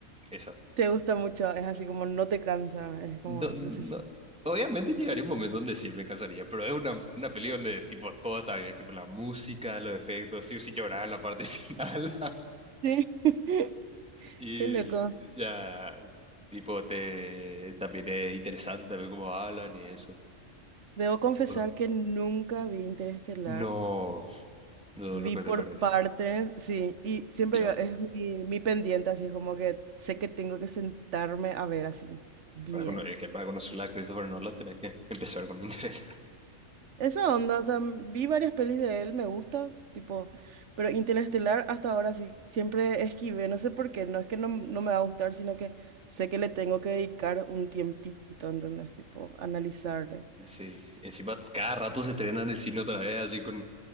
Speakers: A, in the centre; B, on the right.
A: Esa.
B: Te gusta mucho, es así como no te cansa, es como
A: No, no-
B: necesito.
A: obviamente llegaría un momento donde sí me cansaría, pero es una, una peli donde tipo todo está bien, tipo la música, los efectos, sí o sí llorar en la parte <laughs> final.
B: Sí. <laughs>
A: Y
B: Qué loco.
A: ya, tipo, te, también es interesante también cómo hablan y eso.
B: Debo confesar
A: Uh.
B: que nunca vi Interestelar.
A: No, lo,
B: Vi
A: lo que
B: por
A: te parece.
B: partes, sí, y siempre
A: Y
B: digo,
A: va,
B: es mi, mi pendiente, así es como que sé que tengo que sentarme a ver así, bien.
A: para, cono- eh, que para conocerla a Christopher Nolan tenés que <laughs> empezar con interés
B: Esa onda, o sea, vi varias pelis de él, me gusta, tipo, pero Interestelar hasta ahora sí, siempre esquivé, no sé por qué, no es que no, no me va a gustar, sino que sé que le tengo que dedicar un tiempito, ¿entendés? Tipo, analizarle.
A: <laughs> Sí, encima cada rato se estrenan en el cine otra vez, así con,